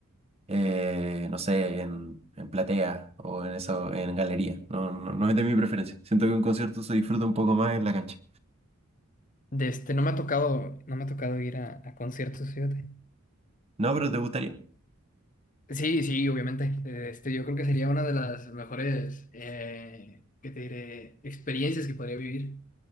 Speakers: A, on the right; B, on the left.
A: eh, no sé, en, en platea o en eso, en galería. No, no, no es de mi preferencia. Siento que un concierto se disfruta un poco más en la cancha.
B: De este, no me ha tocado, no me ha tocado ir a, a conciertos, fíjate.
A: No, pero te gustaría.
B: Sí, sí, obviamente. Eh, Este, yo creo que sería una de las mejores, eh, ¿qué te diré? Experiencias que podría vivir.